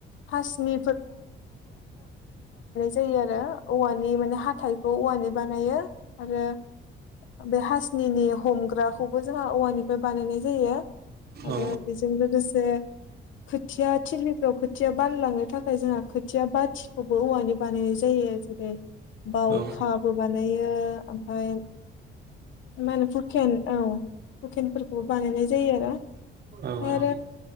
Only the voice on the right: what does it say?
औ
औ
औ